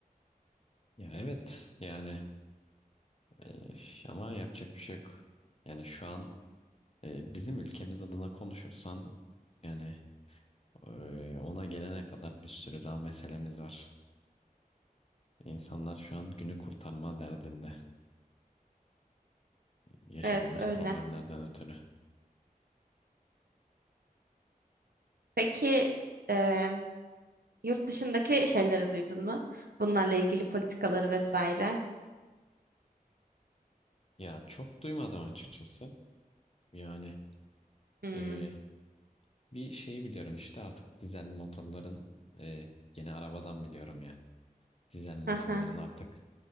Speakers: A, on the left; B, on the right.
A: Ya evet yani e, ama yapacak bir şey yok. Yani şu an e, bizim ülkemiz adına konuşursan yani e, ona gelene kadar bir sürü daha meselemiz var. İnsanlar şu an günü kurtarma derdinde yaşadığımız
B: Evet öyle.
A: problemlerden ötürü.
B: Peki e, yurt dışındaki şeyleri duydun mu? Bunlarla ilgili politikaları vesaire.
A: Ya çok duymadım açıkçası. Yani
B: Hmm.
A: e, bir şeyi biliyorum işte artık dizel motorların e, yeni arabadan biliyorum yani. Dizel motorların
B: Aha.
A: artık